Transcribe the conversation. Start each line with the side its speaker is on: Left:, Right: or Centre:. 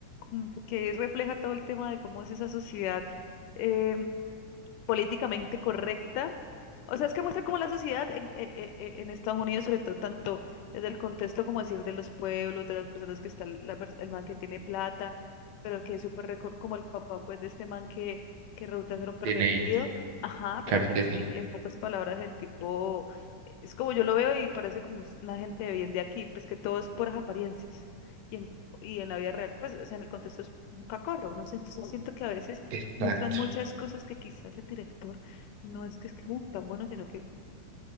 Left: mm, que refleja todo el tema de cómo es esa sociedad em, políticamente correcta O sea, es que muestra cómo la sociedad en, e- e- e- en Estados Unidos, sobre todo tanto desde el contexto, como decir, de los pueblos, de las personas que están, la, pers- el man que tiene plata, pero que es súper, reco- como el papá, pues, de este man que, que resulta ser un pervertido,
Right: de Nate,
Left: ajá, pero
Right: claro
Left: que
Right: que
Left: e-
Right: sí,
Left: e, en pocas palabras el tipo, eh, es como yo lo veo y parece como s- una gente bien de aquí, pues que todo es puras apariencias. Y en, y en la vida real, pues, o sea, en el contexto es un cacorro, ¿no? Entonces siento que a veces
Right: exacto.
Left: muestran muchas cosas que quizás el director no es que es que, uh, tan bueno, sino que